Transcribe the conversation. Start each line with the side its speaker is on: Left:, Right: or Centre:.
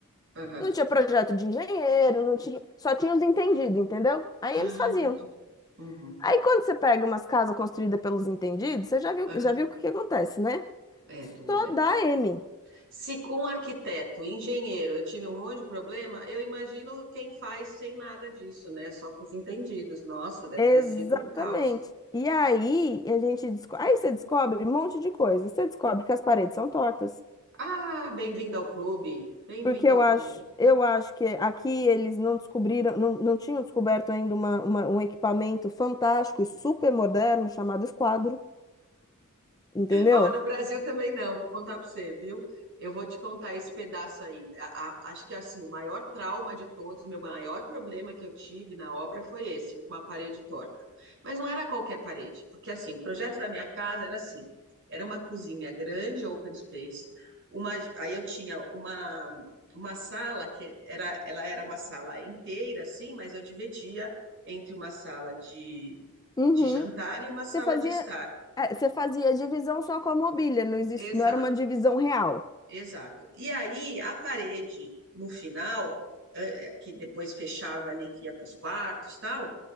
Right: Aham.
Left: Não tinha projeto de engenheiro, não tinha, só tinha os entendidos, entendeu? Aí
Right: Ah,
Left: eles faziam.
Right: entendi. Uhum.
Left: Aí quando você pega umas casas construídas pelos entendidos, você já viu,
Right: Aham.
Left: já viu o que que acontece, né?
Right: É duro,
Left: Só
Right: hein?
Left: dá M.
Right: Se com um arquiteto, engenheiro, eu tive um monte de problema, eu imagino quem faz sem nada disso, né? Só com os entendidos. Nossa, deve
Left: Exatamente.
Right: ter sido um caos.
Left: E aí a gente desco- aí você descobre um monte de coisa. Você descobre que as paredes são tortas.
Right: Ah, bem-vindo ao clube. Bem-vindo
Left: Porque eu
Right: ao
Left: acho,
Right: clube.
Left: eu acho que aqui eles não descobriram, não, não tinham descoberto ainda uma, uma- um equipamento fantástico e super moderno chamado esquadro, entendeu?
Right: Ó, no Brasil também não, vou contar para você, viu? Eu vou te contar esse pedaço aí. A- a- acho que assim, o maior trauma de todos, meu maior problema que eu tive na obra foi esse, uma parede torta. Mas não era qualquer parede, porque assim, o projeto da minha casa era assim, era uma cozinha grande, open space, uma, aí eu tinha uma uma sala que era, ela era uma sala inteira assim, mas eu dividia entre uma sala de
Left: Uhum.
Right: de jantar e uma sala
Left: Você fazia,
Right: de estar.
Left: é, você fazia divisão só com a mobília, não existe,
Right: Exato.
Left: não era uma divisão real.
Right: Exato. E aí, a parede, no final, eh, eh, que depois fechava ali, que ia para os quartos, tal,